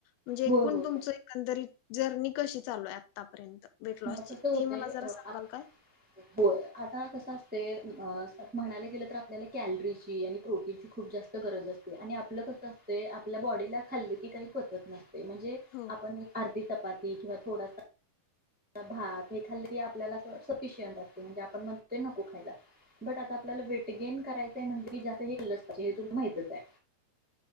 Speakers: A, on the left (about 80°); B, in the centre.
A: म्हणजे
B: होय
A: एकूण
B: होय
A: तुमचं एकंदरीत जर्नी कशी चालुये आतापर्यंत वेट लॉसची
B: ह कस होते
A: ती मला जरा
B: अ
A: सांगाल
B: आ
A: काय
B: हो आता कस असते म्हणायला गेलं तर आपल्याला कॅलरीची आणि प्रोटीनची खूप जास्त गरज असते आणि आपलं कसं असते आपल्या बॉडीला खाल्लं की काही पचत नस म्हणजे
A: हो
B: आपण आर्धी चपा की थोडा थोडासा भात हे खालकी आपल्याला अस सफिशियंट असते मग आपण म्हणतो नको खायला बट आता आपल्याला वेट गेन करायचंय म्हणजे कि ज्यात हे केलंच पाहिजे हे तुम्हाला माहितच आहे.